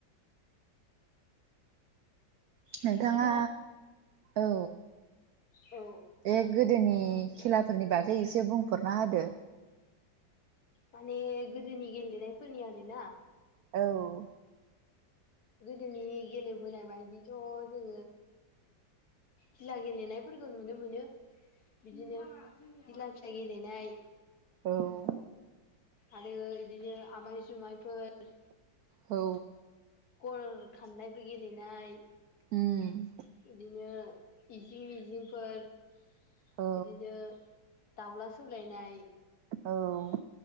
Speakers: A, on the right; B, on the left.
A: नोंथाङा
B: हेल'
A: औ
B: औ
A: बे गोदोनि खेलाफोरनि बागै एसे बुंफोरना होदो।
B: माने गोदोनि गेलेनायफोरनि आरोना?
A: औ।
B: गोदोनि गेलेबोनाय बायदिथ जोङो गिला गेलेनायफोरखौ नुनो मोनो बिदिनो गिला फिसा गेलेनाय
A: औ
B: आरो इदिनो आमाय जुमायफोर
A: औ।
B: खर खान्नायफोर गेलेनाय
A: उम
B: इदिनो इजिं मिजिंफोर
A: औ
B: बिदिनो दाउला सौलायनाय
A: औ।